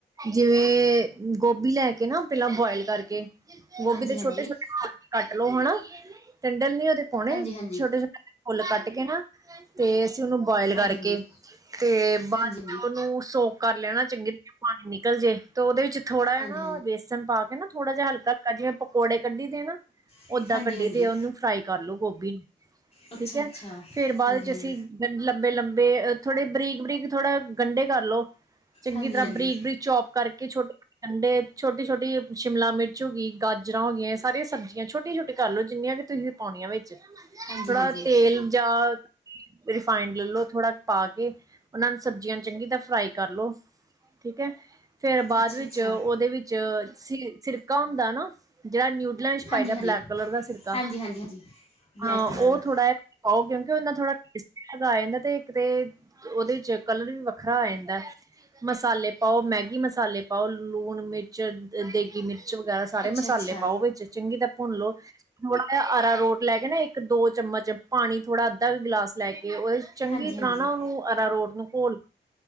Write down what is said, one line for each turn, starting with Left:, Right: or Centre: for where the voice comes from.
Right: ਜਿਵੇਂ ਗੋਭੀ ਲੈ ਕੇ ਨਾ ਪਹਿਲਾਂ ਬੋਆਇਲ ਕਰਕੇ ਗੋਭੀ
Left: ਹਾਂਜੀ
Right: ਦੇ ਛੋਟੇ-
Left: ਹਾਂਜੀ
Right: ਛੋਟੇ ਕੱਟ ਲਓ ਹਨਾ ਟੰਡਲ ਨੀ ਉਹਦੇ ਪਾਉਣੇ
Left: ਹਾਂਜੀ ਹਾਂਜੀ
Right: ਛੋਟੇ- ਛੋਟੇ ਫੁੱਲ ਕੱਟ ਕੇ ਨਾ ਤੇ ਅਸੀਂ ਉਹਨੂੰ ਬੋਆਇਲ
Left: ਹਾਂਜੀ
Right: ਕਰਕੇ
Left: ਹਾਂਜੀ
Right: ਤੇ ਬਾਅਦ
Left: ਹਾਂਜੀ
Right: 'ਚ ਉਹਨੂੰ ਸੋਕ ਕਰ ਲੈਣਾ ਚੰਗੀ ਤਰਾ ਪਾਣੀ ਨਿਕ ਨਿਕਲ ਜੇ ਤੇ ਉਹਦੇ ਵਿੱਚ ਥੋੜਾ ਹੈ
Left: ਹਾਂਜੀ
Right: ਨਾ ਬੇਸ ਸਨ ਪਾ ਕੇ ਨਾ ਥੋੜਾ ਜਿਹਾ ਹਲਕਾ ਹਲੱਕਾ ਜਿਵੇਂ ਪਕੌੜੇ ਕੱਢੀ ਦੇ ਨਾ
Left: ਹਾਂਜੀ
Right: ਓਦਾਂ ਕੱਢੀ
Left: ਹਾਂਜੀ ਹਾਂਜੀ
Right: ਦੇ ਉਹਨੂੰ ਫਰਾਈ ਕਰਲੋ ਗੋਭੀ
Left: ਅੱਛਾ
Right: ਠੀਕ ਹੈ
Left: -ਅੱਛਾ
Right: ਫੇਰ ਬਾਅਦ
Left: ਹਾਂਜੀ
Right: ਵਿੱਚ
Left: ਹਾਂਜੀ
Right: ਅਸੀਂ ਗੰ ਲੰਬੇ ਲੰਬੇ ਥੋੜੇ ਬਰੀਕ ਬਰੀਕ ਥੋੜਾ ਗੰਢੇ ਕਰ ਲਉ। ਚੰਗੀ
Left: ਹਾਂਜੀ
Right: ਤਰ੍ਹਾਂ
Left: ਹਾਂਜੀ
Right: ਬਰੀਕ -ਬਰੀਕ ਚੋਪ ਕਰਕੇ ਛੋਟੇ ਠੰਡੇ ਛੋਟੀ- ਛੋਟੀ ਸ਼ਿਮਲਾ ਮਿਰਚ ਹੋ ਗਈ ਗਾਜਰ ਗਜਰਾਂ ਹੋ ਗਈਆਂ ਸਾਰੀਆਂ ਸਬਜ਼ੀਆਂ ਛੋਟੀ- ਛੋਟੀ ਕਰ ਲਓ ਜਿੰਨੀਆਂ ਵੀ ਤੁਸੀਂ ਪਾਉਣੀਆਂ ਵਿੱਚ
Left: ਹਾਂਜੀ
Right: ਥੋੜ੍ਹਾ
Left: ਹਾਂਜੀ
Right: ਤੇਲ <unintelligible> ਰਿਫਾਈੰਡ ਲੈ ਲੋ ਥੋੜਾ ਪਾ ਕੇ ਉਹਨਾ ਨੂੰ ਸਬਜ਼ੀਆਂ ਚੰਗੀ ਤਰ੍ਹਾਂ ਫਰਾਈ ਕਰ ਲੋ। ਠੀਕ ਏ। ਫੇਰ ਬਾਅਦ
Left: ਅੱਛਾ
Right: ਵਿੱਚ
Left: ਅੱਛਾ
Right: ਉਹਦੇ ਵਿੱਚ ਸਿਰਕਾ ਹੁੰਦਾ ਨਾ ਜਿਹੜਾ ਨਿਊ ਆਂ ਵਿੱਚ ਪਾਈਦਾ
Left: ਹਾਂਜੀ ਹਾਂਜੀ
Right: ਬਲੈਕ ਕਲਰ ਦਾ ਸਿਰਕਾ
Left: ਹਾਂਜੀ ਹਾਂਜੀ ਹਾਂਜੀ ਬਲੈਕ
Right: ਹਾਂ
Left: ਕਲਰ
Right: ਉਹ
Left: ਦਾ
Right: ਥੋੜਾ ਓ ਕਿਹੰਦੇ ਉਨਾ ਥੋੜਾ ਟਸ ਹੈਗਾ ਇਹਦਾ ਤੇ ਇੱਕ ਤੇ ਉਹਦੇ 'ਚ ਕਲਰ ਵੀ ਵੱਖਰਾ ਆ ਜਾਂਦਾ। ਮਸਾਲੇ ਪਾਓ ਮੈਗੀ ਮਸਾਲੇ ਪਾਓ ਲੂਣ ਮਿਰਚ ਦੇਗੀ ਮਿਰਚ ਵਗੈਰਾ ਸਾਰੇ
Left: ਅੱਛਾ
Right: ਮਸਾਲੇ
Left: ਅੱਛਾ
Right: ਪਾਓ ਵਿੱਚ ਚੰਗੀ ਤਰਾਂ ਭੁੰਨ ਲੋ ਥੋੜਾ ਜਿਹਾ ਅਰਾਰੋਟ ਲੈ ਕੇ ਨਾ ਇੱਕ ਦੋ ਚਮਚ ਪਾਣੀ ਥੋੜਾ ਅੱਧਾ ਗਿਲਾਸ ਲੈ ਕੇ ਉਹਦੇ ਚੰਗੀ
Left: ਹਾਂਜੀ
Right: ਤਰ੍ਹਾਂ
Left: ਹਾਂਜੀ
Right: ਨਾ ਉਹਨੂੰ ਅਰਾਰੋਟ ਨੂੰ ਘੋਲ